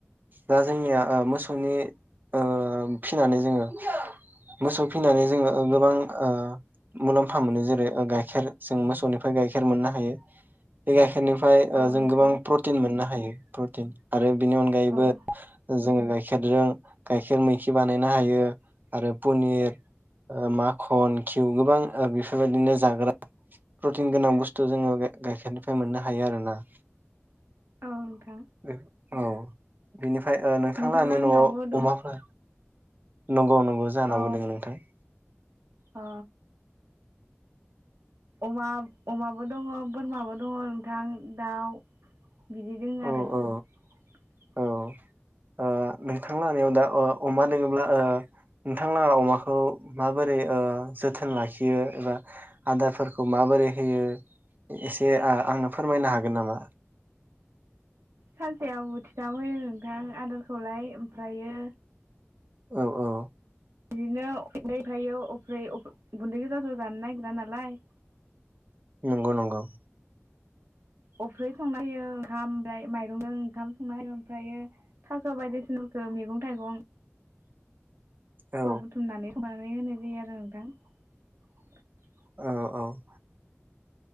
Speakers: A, on the right; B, on the right.
A: दा जोंनिया ओ मोसौनि ओ फिसिनानै जोंङो मोसौ फिनानै जोंङो ओ गोबां ओ मुलाम्फा मोनो जेरै ओ गाइखेर जों मोसौनिफ्राय गाइखेर मोननो हायो बे गाइ बेनिफ्राय
B: औ
A: जों
B: नोंथां
A: गोबां प्रटिन मोननो हायो। प्रटिन । आरो बेनि अनगायैबो
B: <inaudible>
A: जों गाइखेरजों गायखेर मैखि बानायनो हायो आरो पनिर । ओ माखन घिउ गोबां बेफोरबायदिनो जाग्रा प्रटिन गोनां बुस्थु जोंङो गाइखेरनिफ्राय मोननो हायो आरो ना ।
B: औ नोंथां
A: <inaudible> औ । बिनिफ्राय ओ नोंथांआ
B: नोंथां
A: आंनि
B: लाहानियावबो
A: नआव
B: दं
A: अमाफोर नंगौ नंगौ । अ जानावबो
B: औ
A: दोङो नोंथां ।
B: अ अमा अमाबो दङ बोरमाबो दङ नोंथां दाउ बिदि दों
A: औ
B: आरो ।
A: औ औ ओ नोंथांलानिआव दा ओ अमा दोंङोब्ला ओ नोंथांलाहा अमाखौ माबोरै ओ जोथोन लाखियो एबा आदारफोरखौ माबोरै होयो एसे आ आंनो फोरमायनो हागोन नामा?
B: सानसेयाव बुथि थाम होयो नोंथां आदारखौलाय ओमफ्रायो
A: औ औ ।
B: बिदिनो <inaudible> गुन्दै ओमफ्राय अफ्रै गुन्दै गोजा जो जानो नागिरा नालाय ।
A: नंगौ नंगौ ।
B: अफ्रि संना होयो ओंखाम ओमफ्राय माइरंजों ओंखाम संना होयो ओमफ्रायो थास' बायदिसिनाफोरखौ मैगं थाइगं ।
A: औ
B: खौ बुथुमनानै <inaudible> होनाय जायो आरो नोंथां ।
A: औ औ ।